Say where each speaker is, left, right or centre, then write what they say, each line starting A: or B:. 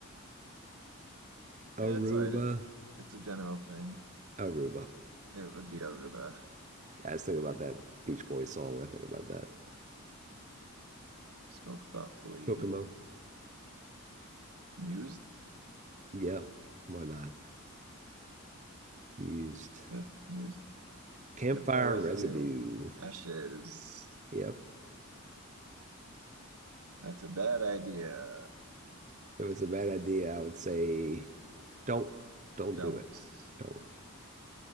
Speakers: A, on the right; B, on the right.
A: Yeah,
B: Aruba,
A: it's all right. It's it's a general thing.
B: Aruba.
A: It would be Aruba.
B: Yeah, I just think about that Beach Boys song when I think about that.
A: Smoke thoughtfully.
B: Kokomo.
A: Mused.
B: Yep. Why not? Used
A: Yep, mused.
B: campfire
A: Campfire residue,
B: residue.
A: ashes.
B: Yep.
A: That's a bad idea.
B: If it's a bad idea, I would say don't, don't
A: Don't.
B: do it. Don't.
A: Yeah.